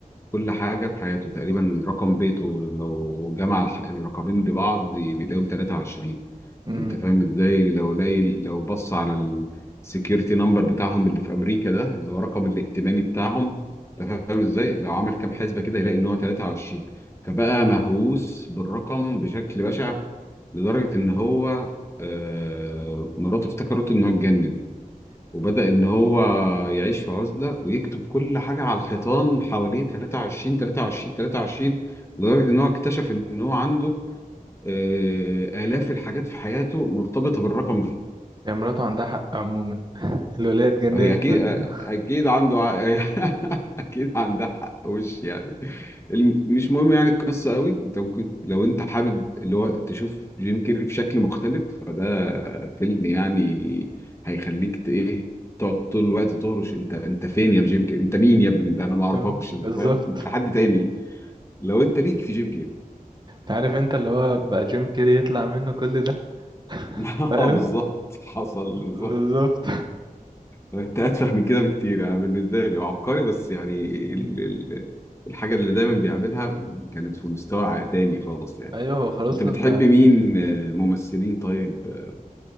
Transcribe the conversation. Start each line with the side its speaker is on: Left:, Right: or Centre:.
Left: كل حاجة في حياته تقريبا رقم بيته لو جمع الح- الرقمين ببعض بيلاقيهم 23
Right: مم.
Left: انت فاهم ازاي لو لاقي لو بص على السكيورتي نمبر بتاعهم اللي في امريكا ده اللي هو رقم الائتماني بتاعهم انت فاهم ازاي لو عامل كام حسبة كده يلاقي ان هو 23 فبقى مهووس بالرقم بشكل بشع لدرجة ان هو آه، مراته افتكرته ان هو اتجنن وبدأ إن هو يعيش في عزلة ويكتب كل حاجة على الحيطان حواليه 23 23 23 لدرجة إن هو اكتشف إن هو عنده آه، آلاف الحاجات في حياته مرتبطة بالرقم ده
Right: هي مراته عندها حق عموما <laughs> الولاية اتجننت
Left: هي اكيد
Right: منه
Left: اكيد عنده ع- <laughs> اكيد عندها حق وش يعني الم- مش مهم يعني القصه قوي انت ممكن لو انت حابب اللي هو تشوف جيم كيري في شكل مختلف فده فيلم يعني هيخليك ت- ايه تقعد طول الوقت تهرش انت انت فين يا جيم كيري انت مين يا ابني ده
Right: <laughs>
Left: انا ما اعرفكش
Right: آه، بالظبط
Left: انت فاهم انت حد تاني لو انت ليك في جيم كيري
Right: عارف انت اللي هو بقى جيم كيري يطلع منه كل ده
Left: <laughs>
Right: فاهم
Left: اه بالظبط حصل
Right: بالظبط
Left: بالظبط انت اتفه من كده بكتير انا بالنسبه لي هو عبقري بس يعني
Right: مم.
Left: ال... ال... الحاجه اللي دايما بيعملها كانت في مستوى ع- تاني خالص يعني
Right: ايوه هو خلاص
Left: انت بتحب
Right: لما
Left: مين آه، ممثلين طيب آه،